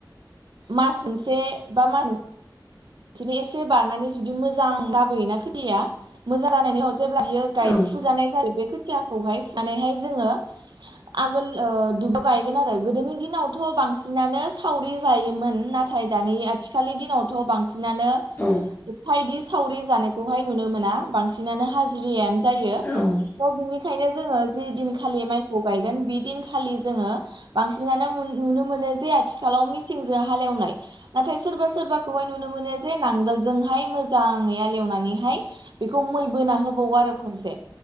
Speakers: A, on the right (about 65°); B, on the left (about 25°).
A: मास मोनसे बा मास मो बिदिनो एसे बारनानै जुदि मोजां लाबोयोना खोथिया मोजां जानायनि उनाव जेब्ला बियो गाय
B: औ
A: फुजानाय जायो बे खोथियाखौहाय फुनानैहाय जोङो आगोल ओ दुब्लिआव गायगोन आरो गोदोनि दिनावथ' बांसिनानो सावरि जायोमोन ना थाय दानि आथिखालनि दिनावथ' बांसिन बांसिनानो
B: औ
A: एफा इदि सावरि जानायखौहाय नुनो मोना बांसिनानो हाजिरियानो जायो
B: औ
A: थ' बिनिखायनो जोङो जि दिनखालि माइखौ गायगोन बि दिनखालि जोङो बांसिनानो नु-नुनो मोनो जे आथिखालाव मेसिंजों हालेवनाय नाथाय सोरबा सोरबाखौहाय नुनो मोनो जे नांगोलजोंहाय मोजाङै यालेवनानैहाय बेखौ मै बोना होबावो आरो खनसे